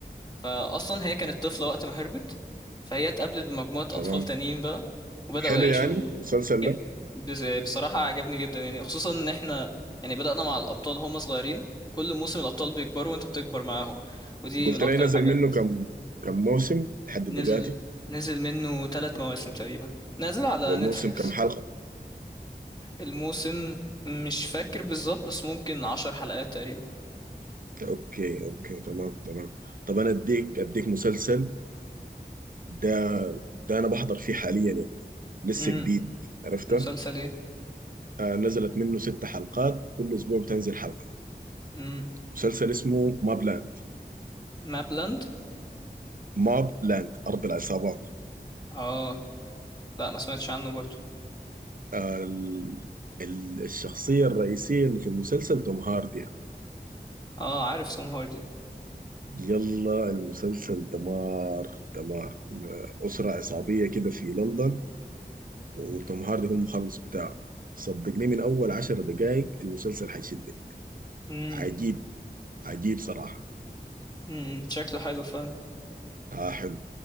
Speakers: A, on the left; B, on the right.
A: فاصلا هي كانت طفله وقت ما هربت فهي اتقابلت بمجموعه اطفال
B: تمام
A: تانيين بقى وبداوا
B: حلو
A: يعيشوا
B: يعني المسلسل
A: ج-
B: ده
A: بس- بصراحه عجبني جدا يعني خصوصا ان احنا يعني بدانا مع الابطال هم صغيرين وكل موسم الابطال بيكبروا وانت بتكبر معاهم ودي
B: قلت
A: من اكتر
B: لي نزل
A: الحاجات
B: منه كم كم موسم لحد دلوقتي
A: نزل نزل منه ثلاث مواسم تقريبا نازل على
B: والموسم
A: نتفليكس
B: كم حلقة
A: الموسم مش فاكر بالظبط بس ممكن عشر حلقات تقريبا
B: اوكي اوكي تمام تمام طب انا اديك اديك مسلسل ده ده انا بحضر فيه حاليا يعني لسه
A: امم
B: جديد عرفته
A: مسلسل ايه
B: آه نزلت منه ست حلقات كل اسبوع بتنزل حلقة
A: امم
B: مسلسل اسمه ماب لاند
A: مابلاند
B: ماب لاند ارض العصابات
A: اه لا ما سمعتش عنه برضه
B: آه ال- ال- الشخصية الرئيسية اللي في المسلسل توم هاردي يعني.
A: اه عارف سوم هاردي
B: يلا المسلسل دمار دمار أسرة عصابية كده في لندن وتوم هاردي هو المخلص بتاعه صدقني من أول عشر دقايق المسلسل هيشدك
A: امم
B: عجيب عجيب صراحة
A: امم شكله حلو فعلا
B: آه حلو